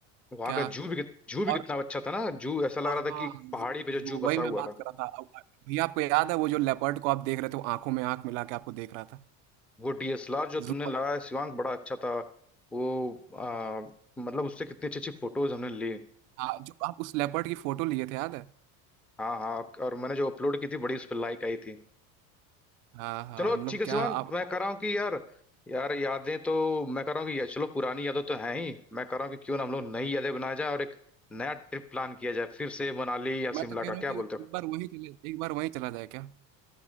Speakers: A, in the centre; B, on the right (about 75°).
A: वहां
B: क्या
A: का जू भी कित- जू भी
B: और
A: कितना अच्छा था ना जू ऐसा लग
B: हाँ
A: रहा था कि पहाड़ी पे जो
B: वो-
A: जू
B: वही
A: बसा
B: मैं
A: हुआ
B: बात
A: था
B: कर रहा था अब भैया आपको याद है वो जो लेपर्ड को आप देख रहे थे वो आंखों में आंख मिला के आपको देख रहा था
A: वो डीएसएलआर जो तुमने
B: जू वाला-
A: लगाया शिवांग बड़ा अच्छा था वो आ, मतलब उससे कितनी अच्छी अच्छी फोटोज हमने ली
B: हाँ जो आप उस लेपर्ड की फोटो लिए थे याद है
A: हाँ हाँ और मैंने जो अपलोड की थी बड़ी उस पर लाइक आई थी
B: हाँ हाँ
A: चलो
B: मतलब
A: ठीक है
B: क्या
A: शिवांग
B: आप
A: मैं कह रहा हूँ कि यार यार यादें तो मैं कह रहा हूँ कि या- चलो पुरानी यादें तो हैं ही मैं कह रहा हूँ कि क्यों ना हम लोग नई यादें बनाया जाए और एक नया ट्रिप प्लान किया जाए फिर से मनाली या
B: मैं
A: शिमला
B: तो कह
A: का
B: रहा हूँ
A: क्या
B: कि
A: बोलते
B: एक
A: हो
B: बार वहीं चले एक बार वहीं चला जाए क्या